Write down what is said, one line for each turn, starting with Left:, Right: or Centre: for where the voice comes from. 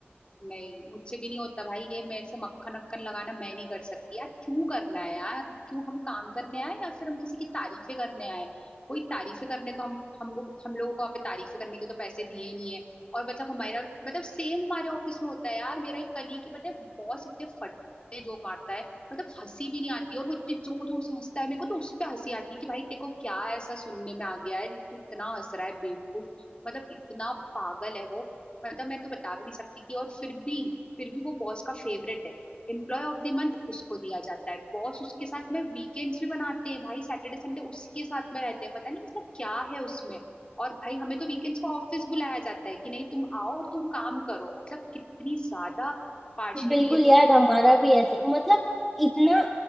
Left: नहीं मुझसे भी नहीं होता भाई ये मेरे से मक्खन अक्खन लगाना मैं नहीं कर सकती यार क्यों करना है यार क्यों हम काम करने आए या फिर हम किसी की तारीफें करने आए कोई तारीफें करने तो हम हम लोग हम लोगों को यहाँ पे तारीफें करने के तो पैसे दिए नहीं है और मतलब हमारा मतलब सेम हमारे ऑफिस में होता है यार मेरा एक कलीग है पता है बॉस इतने फटे जोक मारता है मतलब हंसी भी नहीं आती और वो इतनी जोर जोर से हंसता है मेरे को तो उस पे हंसी आती है कि भाई तेरे को क्या ऐसा सुनने में आ गया है जो तू इतना हंस रहा है बेवकूफ मतलब इतना पागल है वो मतलब मैं तो बता भी नहीं सकती कि और फिर भी फिर भी वो बॉस का फेवरेट है एम्प्लॉय ऑफ द मंथ उसको दिया जाता है बॉस उसके साथ में वीकेंड्स भी बनाते हैं भाई सैटरडे संडे उसके साथ में रहते हैं पता नहीं इसका क्या है उसमें और भाई हमें तो वीकेंड्स को ऑफिस बुलाया जाता है कि नहीं तुम आओ और तुम काम करो मतलब कितनी ज्यादा पार्शलिटी
Centre: बिल्कुल
Left: है
Centre: यार हमारा भी ऐसे मतलब इतना